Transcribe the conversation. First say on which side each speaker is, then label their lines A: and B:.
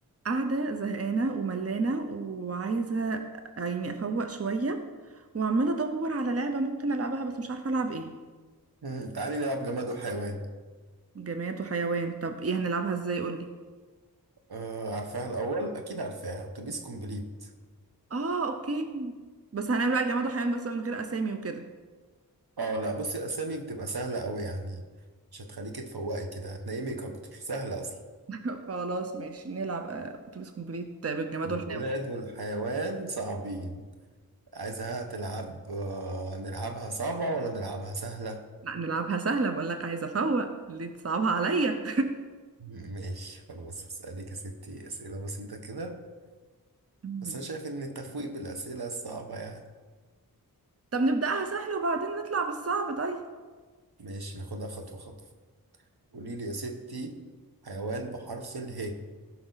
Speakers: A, on the right; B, on the right.
A: قاعدة زهقانة وملانة وعايزة يعني أفوق شوية وعمالة أدور على لعبة ممكن ألعبها بس مش عارفة ألعب إيه
B: مم، تعالي نلعب جماد وحيوان
A: جماد وحيوان طب إيه هنلعبها إزاي قولي
B: آه عارفاها الأول أكيد عارفاها أتوبيس كومبليت
A: آه أوكي بس هنعمل بقى جماد وحيوان بس من غير أسامي وكده
B: اه لا بصي الأسامي بتبقى سهلة أوي يعني مش هتخليكي تفوقي كده هتنيمك أكتر سهلة أصلا
A: <laughs> خلاص ماشي نلعب آه، أتوبيس كومبليت بالجماد
B: البلاد
A: والحيوان
B: والحيوان صعبين عايزها تلعب آه نلعبها صعبة ولا نلعبها سهلة
A: لا نلعبها سهلة بقول لك عايزة أفوق ليه تصعبها عليا
B: مم، ماشي خلاص هسألك يا ستي أسئلة بسيطة كده
A: <laughs>
B: بس أنا شايف إن التفويق بالأسئلة الصعبة يعني
A: طب نبدأها سهلة وبعدين نطلع بالصعب طيب
B: ماشي ناخدها خطوة خطوة قوليلي يا ستي حيوان بحرف اله